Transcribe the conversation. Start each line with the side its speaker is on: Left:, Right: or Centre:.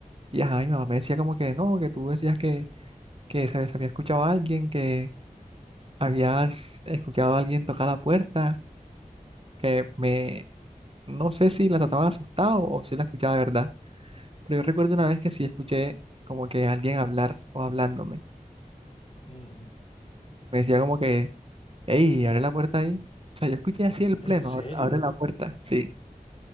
Right: Y ajá, mi mamá me decía como que no, que tú decías que, que se se había escuchado a alguien, que habías escuchado a alguien tocar la puerta, que me, no sé si la trataba de asustado o si la escuchaba de verdad. Pero yo recuerdo una vez que sí escuché como que alguien hablar o hablándome.
Left: Ujú.
Right: Me decía como que, hey, abre la puerta ahí. O sea, yo escuché así el pleno,
Left: ¿En serio?
Right: abre abre la puerta, sí.